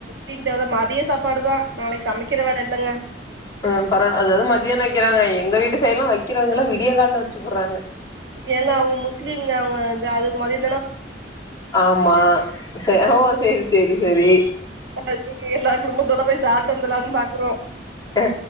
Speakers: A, on the right; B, on the left.
A: தின் தேவதா மதிய சாப்பாடுதா நாளைக் சமைக்கிற வேல இல்லங்க
B: ஆ பரவால அதாவது மதியான வக்கிறாங்க எங்க வீட்டு சைட்லா வக்கிறாங்கலா விடிய கால்ல வச்சுபுர்றாங்க
A: ஏங்க அவுங்க முஸ்லீங்க அவுங்க இந்த அதுக் மொதையேத்
B: ஆம்மா சே ஓ சேரி சேரி செரி
A: <unintelligible> எல்லாரு குடும்பத்தோட போய் சாப்ட்டு வந்தல்லான் பாக்கறோ
B: ஆ